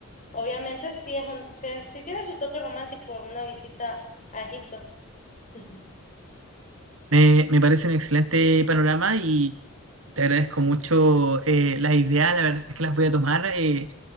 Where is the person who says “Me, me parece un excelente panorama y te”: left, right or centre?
Right